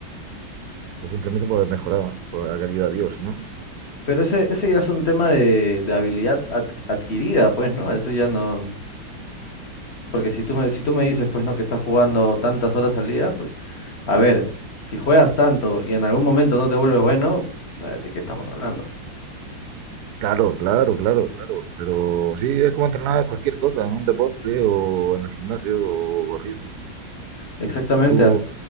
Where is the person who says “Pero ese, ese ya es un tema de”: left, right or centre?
Left